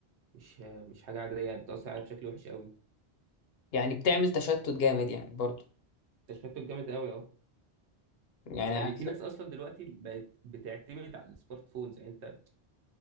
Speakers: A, on the right (about 80°); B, on the left (about 65°).
A: مش آه، مش حاجه عاديه بتاثر عليها بشكل وحش قوي
B: يعني بتعمل تشتت جامد يعني برضو
A: تشبيهته جامد قوي اه
B: يعني
A: يعني
B: عايز
A: في ناس
B: أقول-
A: اصلا دلوقتي بقت بتعتمد على السمارت فونز يعني انت